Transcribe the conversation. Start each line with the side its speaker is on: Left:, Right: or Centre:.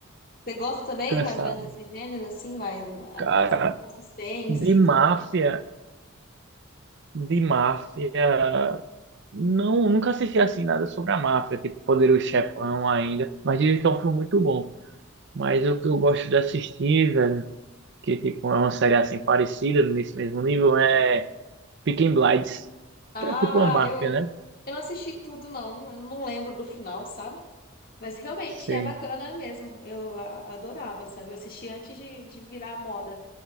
Left: Você gosta também,
Right: Cansado.
Left: mais ou menos, desse gênero, assim, mais a,
Right: Cara,
Left: a, o suspense
Right: de
Left: e
Right: máfia,
Left: tudo?
Right: de máfia. Não, nunca assisti assim nada sobre a máfia, tipo Poderoso Chefão ainda, mas dizem que é um filme muito bom. Mas o que eu gosto de assistir, velho, que tipo é uma série assim parecida, nesse mesmo nível, é Peaky Blinders,
Left: Ah,
Right: que é tipo uma máfia,
Left: eu,
Right: né?
Left: eu não assisti tudo, não. Eu não lembro do final, sabe? Mas realmente
Right: sim
Left: é bacana mesmo. Eu a- adorava, sabe? Eu assisti antes de, de virar moda.